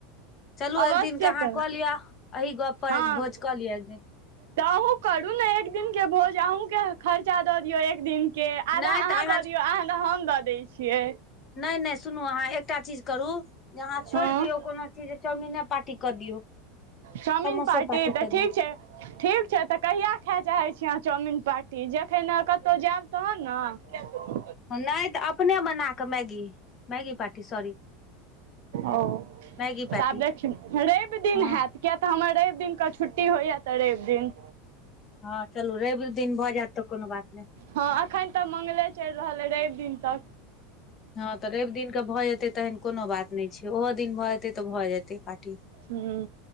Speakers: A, on the left; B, on the right.
A: चलू
B: आवश्यक
A: एक दिनके अहाँ कऽ लिअ एहि गप पर
B: हँ।
A: एक भोज कऽ लिअ एक दिन
B: तऽ अहूँ करू ने एक दिन के भोज अहूँके खर्चा दऽ दियौ एक दिन के आधा
A: नहि
B: अहाँ
A: तऽ
B: दऽ दियौ अहाँ त हम दऽ दै छियै।
A: नय नय सुनू अहाँ एकटा चीज करू जे अहाँ छोड़ि
B: हँ
A: दियौ कोनो चीज चाउमिने पार्टी कऽ दियौ
B: चमिन
A: समोसे
B: पार्टी तऽ
A: कऽ
B: ठीक
A: दियौ
B: छै ठीक छै तऽ कहिया खाय चाहैत छी अहाँ चाउमिनन पार्टी जखन कतहु जायब तहन न <inaudible>
A: नय तऽ अपने बना कऽ मैगी मैगी पार्टी सॉरी
B: ओ
A: मैगी
B: तऽ
A: पार्टी
B: आब देखियौ रवि दिन
A: हँ
B: हैत किये तऽ हमर रवि दिन के छुट्टी होइये तऽ रवि दिन
A: हँ चलू रवि दिन भऽ जायत तऽ कोनो बात नय
B: हँ अखन तऽ मंगले चलि रहल अइ रवि दिन तक।
A: हँ तऽ रवि दिनके भऽ जेतै तहन कोनो बात नय छै ओहो दिन भऽ जेतै तऽ भऽ जेतै पार्टी।
B: हूँ